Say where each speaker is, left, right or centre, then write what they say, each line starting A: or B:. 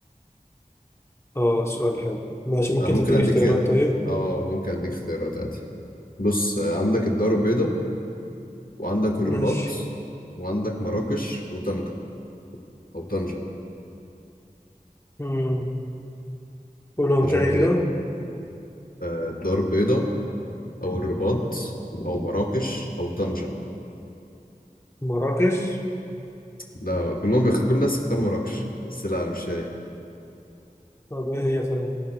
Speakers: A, on the left (about 15°); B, on the left (about 75°).
A: اه سؤال حلو ماشي ممكن
B: انا ممكن
A: تديني
B: اديك
A: اختيارات طيب
B: اه ممكن اديك اختيارات عادي بص آه، عندك الدار البيضاء وعندك الرباط
A: ماشي
B: وعندك مراكش وطنجة أو طنجة
A: مم. قولهم
B: أنت
A: تاني
B: شايف إيه؟
A: كده
B: آه، الدار البيضاء أو الرباط أو مراكش أو طنجة
A: مراكش
B: لا كلهم بيخ... كل الناس اختار مراكش بس لا مش هي
A: طب ايه هي طيب